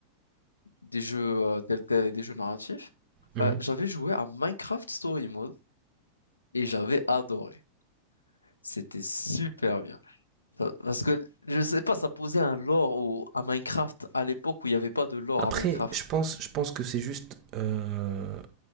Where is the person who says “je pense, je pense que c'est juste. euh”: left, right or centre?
Right